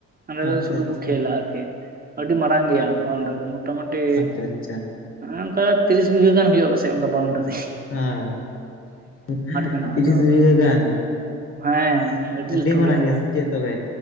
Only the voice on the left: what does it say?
ᱟᱪᱪᱷᱟ
ᱟᱪᱪᱷᱟ
ᱟᱪᱪᱷᱟ ᱟᱪᱪᱷᱟ
ᱚᱻ
ᱛᱤᱨᱤᱥ
ᱵᱤᱜᱷᱟᱹ ᱜᱟᱱ
ᱢᱟᱨᱟᱝ
ᱥᱮ ᱪᱮᱫ ᱛᱚᱵᱮ